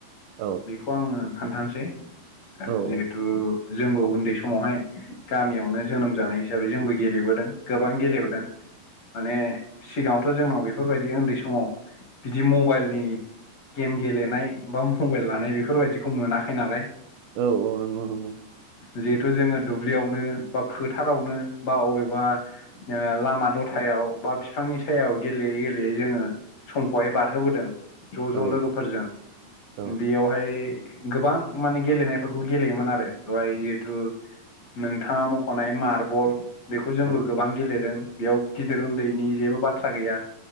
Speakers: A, on the right (about 85°); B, on the left (about 70°).
A: औ औ
B: बेखौ आङो खोन्थानोसै
A: औ
B: जिहेथु
A: औ
B: जोंबो उन्दै समावहाय गामियावनो जोनोम जानाय हिसाबै जोंबो गेलेबोदों गोबां गेलेबोदों माने सिगाङावथ' जोंनाव बेफोरबायदि उन्दै समाव बिदि मबाइलनि गेम गेलेनाय बा मबाइल लानाय बेफोरबायदिखौ मोनाखै नालाय
A: औ औ नंगौ नंगौ
B: जिहेथु जोङो दुब्लियाव फोथारवनो बा बबेबा लामा दथायाव बा फि बिफांनि सायायाव गेलेयै गेलेयै जोङो समखौहाय बारहोबोदों ज' ज'
A: औ
B: लोगोफोरजों
A: औ
B: बेयावहाय गोबां माने गेलेनायफोरखौ गेलेयोमोन आरो दहाय जिहेथु नोंथाङा मख'नाय मार्बल बेखौ जोंबो
A: औ
B: गोबां गेलेदों बेयाव गिदिर उन्दैनि जेबो बाथ्रा गैया